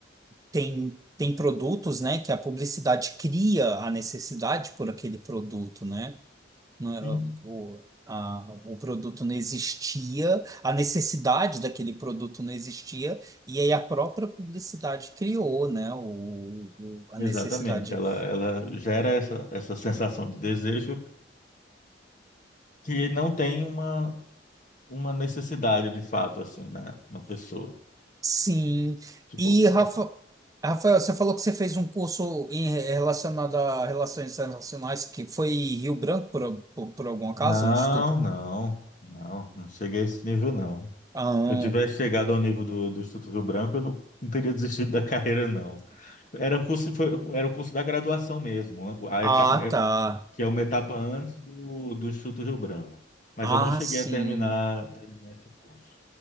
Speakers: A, on the right (about 20°); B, on the left (about 45°).
A: tem, tem produtos, né, que a publicidade cria a necessidade por aquele produto, né? Não é-
B: Sim.
A: O, a- o produto não existia, a necessidade daquele produto não existia, e aí a própria publicidade criou, né, o, o- a
B: Exatamente,
A: necessidade.
B: ela, ela gera essa, essa sensação de desejo que não tem uma, uma necessidade de fato assim na, na pessoa.
A: Sim.
B: Tipo,
A: E, Rafa, Rafael, você falou que você fez um curso em, relacionado a relações internacionais que foi em Rio Branco, por, por, por algum acaso,
B: não,
A: Instituto?
B: não, não, não cheguei a esse nível, não.
A: Ah,
B: Se eu tivesse chegado ao nível do, do Instituto Rio Branco, eu não, não teria desistido <laughs> da carreira, não. Era um curso, foi, era o curso da graduação mesmo, a
A: ah,
B: etapa, é-
A: tá.
B: que é uma etapa antes do, do Instituto Rio Branco. Mas
A: Ah,
B: eu não cheguei
A: sim.
B: a terminar, terminar esse curso.